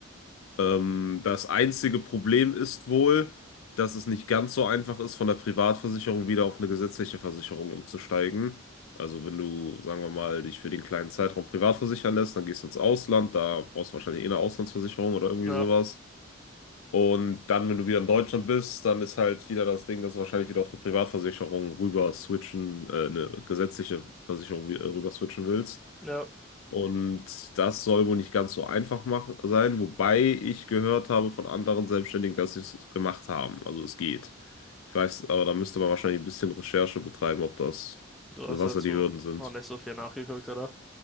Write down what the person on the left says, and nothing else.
Ähm, das einzige Problem ist wohl, dass es nicht ganz so einfach ist, von der Privatversicherung wieder auf eine gesetzliche Versicherung umzusteigen. Also wenn du, sagen wir mal, dich für den kleinen Zeitraum privat versichern lässt, dann gehst du ins Ausland, da brauchst du wahrscheinlich eh eine Auslandsversicherung oder irgendwie
sowas. Und dann, wenn du wieder in Deutschland bist, dann ist halt wieder das Ding, dass du wahrscheinlich wieder auf eine Privatversicherung rüber switchen, äh, eine gesetzliche Versicherung wie- äh, rüber switchen willst.
Und das soll wohl nicht ganz so einfach machen, sein, wobei ich gehört habe von anderen Selbstständigen, dass sie es gemacht haben. Also es geht. Ich weiß, aber da müsste man wahrscheinlich ein bisschen Recherche betreiben, ob das,
also
was
da die Hürden sind.